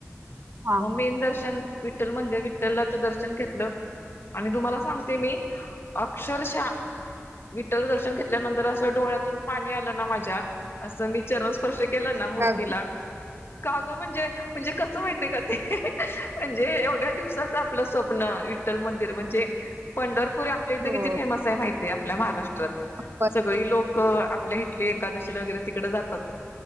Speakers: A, on the right; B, on the left.
A: हा
B: म्ममीन
A: हा
B: दर्शन. विठ्ठल मंदिर विठ्ठललाच दर्शन घेतलं आणि तुम्हाला सांगते मी अक्षरशः विठ्ठल दर्शन घेतल्यानंतर असं डोळ्यातून पाणी आलं ना, माझ्या असं मी. चरण स्पर्श केला ना, मुर्तीला.
A: का ग
B: ग म्हणजे म्हणजे कसं माहितय का ते. म्हणजे एवढं. दिवसाच आपलं स्वप्न ठ्ठल मंदिर म्हणजे पंढर पुर आपल्या इथ
A: हो
B: किती <unintelligible> फेमस आहे माहिती. ते आपल्या महाराष <unintelligible>
A: प-
B: सगळी लोक आपल्या हिताली एकादशी <unintelligible> वैगरे तीकडे जातात